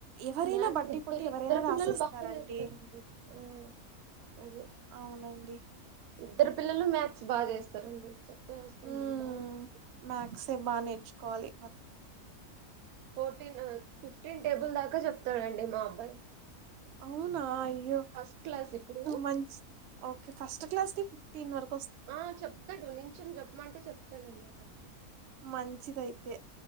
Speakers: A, on the right; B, on the right.
A: ఎవరైనా
B: మ్యాథ్స్
A: బడ్డీ
B: ఇద్దరు
A: కొట్టి ఎవరైనా
B: ఇద్దరు
A: రాసేస్తారండి
B: పిల్లలు బాగా చేస్తారండి ఆ అదే
A: అవునండి
B: ఇద్దరు పిల్లలు మ్యాథ్స్ బాగా చేస్తారండి అవసరం
A: ఊమ్
B: లేదు బాగా చేస్తారు
A: మ్యాథ్స్ బానే కాలీ
B: ఫోర్టీన్ ఉ ఫిఫ్టీన్ టేబుల్ దాకా చెప్తాడండి మా అబ్బాయి
A: అవునా అయ్యో
B: ఫస్ట్ క్లాస్ ఇప్పుడు
A: మంచి ఓకే ఫస్ట్ క్లాస్ కే ఫిఫ్టీన్ వరక్
B: ఆ చెప్తాడు నించోని చెప్పమంటే చెప్ తాడని
A: మంచిదైతే